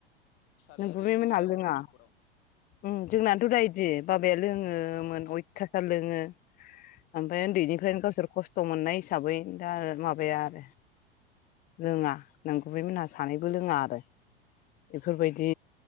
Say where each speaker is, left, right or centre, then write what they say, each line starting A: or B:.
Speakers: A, on the left (about 45°); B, on the left (about 30°).
A: फिसालाया
B: नोंगुमैमोनहा
A: आरो लोंङिसो जाबावगोन
B: लोङा
A: बे न'खराव
B: उम जोंनाथ' दा इदि बाबाया लोङोमोन
A: उम
B: अयथसार लोङो आमफाय
A: औ
B: उन्दैनिफ्रायनो गावसोर खस्थ' मोननाय हिसाबै दा माबाया
A: औ
B: आरो लोङा नोंगुमोनहा सानैबो लोंआ आरो बेफोरबायदि